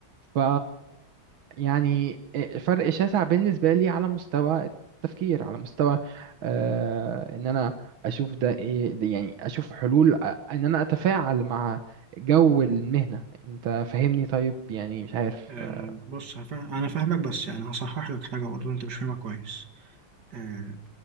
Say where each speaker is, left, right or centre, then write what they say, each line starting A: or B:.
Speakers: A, on the right; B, on the right.
A: ف يعني آه، فرق شاسع بالنسبه لي على مستوى التفكير على مستوى آه، ان انا اشوف ده ايه ده يعني اشوف حلول آه، ان انا اتفاعل مع جو المهنه انت فاهمني طيب يعني مش عارف
B: آه
A: آه،
B: بص هفهم انا فاهمك بس يعني هصحح لك حاجه برضه انت مش فاهمها كويس آه